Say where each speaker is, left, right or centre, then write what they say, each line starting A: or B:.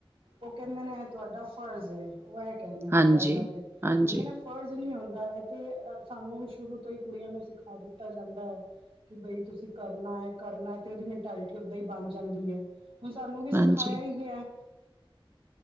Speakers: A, on the right; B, on the right.
A: ਉਹ ਕੈਂਦੇ ਨੇ ਏ ਤੁਆਡਾ ਫਰਜ਼ ਐ ਓ ਐ ਕੈਂਦੇ ਨੇ
B: ਹਾਂਜੀ
A: ਕੈਣ ਵਾਲੇ
B: ਹਾਂਜੀ
A: ਲੇਕਿਨ ਫਰਜ਼ ਨੀ ਹੁੰਦਾ ਐ ਤੇ ਸਾਨੂੰ ਸ਼ੁਰੂ ਤੋ ਹੀ ਕੁੜੀਆਂ ਨੂੰ ਸਿਖਾ ਦਿੱਤਾ ਜਾਦਾ ਐ ਕਿ ਬਈ ਤੁਸੀ ਕਰਨਾ ਐ-ਕਰਨਾ ਐ ਤੇ ਓਦੀ ਮੈਂਟੈਲਿਟੀ ਓਦਾ ਈ ਬਣ ਜਾਦੀ ਐ। ਹੁਣ ਸਾਨੂੰ ਵੀ ਸਿਖਾਇਆ
B: ਹਾਂਜੀ
A: ਈ ਗੇਐ।